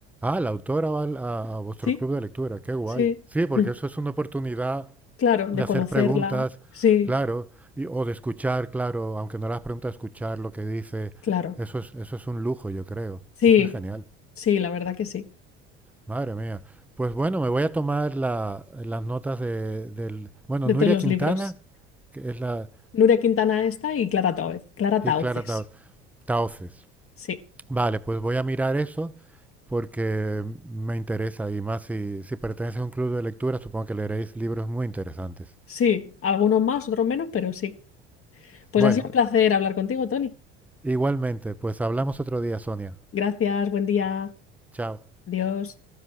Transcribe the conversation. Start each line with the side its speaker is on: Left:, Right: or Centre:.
Centre: Ah, la autora va al- a, a vuestro
Left: Sí,
Centre: club de lectura, qué guay.
Left: sí,
Centre: Sí, porque
Left: <laughs>
Centre: eso es una oportunidad
Left: claro,
Centre: de
Left: de
Centre: hacer
Left: conocerla,
Centre: preguntas,
Left: sí,
Centre: claro, y- o de escuchar, claro, aunque no las preguntas, escuchar lo que dice.
Left: claro,
Centre: Eso es, eso es un lujo, yo creo.
Left: sí,
Centre: Eso es genial.
Left: sí, la verdad que sí,
Centre: Madre mía. Pues bueno, me voy a tomar la- las notas de, del... Bueno,
Left: de
Centre: Nuria
Left: todos los
Centre: Quintana,
Left: libros.
Centre: que es la...
Left: Nuria Quintana esta y Clara Tauces. Clara
Centre: y
Left: Tauces,
Centre: Clara Tao- Tahoces.
Left: sí,
Centre: Vale, pues voy a mirar eso porque me interesa y más si, si perteneces a un club de lectura, supongo que leeréis libros muy interesantes.
Left: sí, algunos más, otros menos, pero sí. Pues
Centre: Bueno,
Left: ha sido un placer hablar contigo, Tony.
Centre: igualmente, pues hablamos otro día, Sonia.
Left: Gracias, buen día.
Centre: Chao.
Left: Adiós.